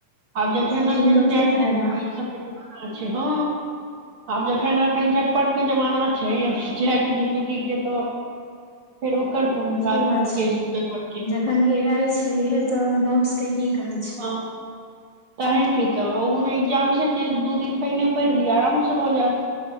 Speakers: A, on the right; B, on the left.
A: आब जखन
B: ओ कीन
A: एखन
B: कऽ की
A: चैटजीपीटी
B: फायदा
A: सबकेँ देखैय लागल छह आब जखन अखन झटपट के जमाना छै चैट जीपीटी के तऽ फेर ओकर
B: सही
A: कोन काज
B: बात
A: गेस पेपर के
B: जखन ए आइ छै इहे तऽ नोट्स के की काज
A: हँ तहेन की तऽ ओहूमे एग्जामसँ कि दू दिन पहिने पढ़ि लिय आरामसँ भऽ जायत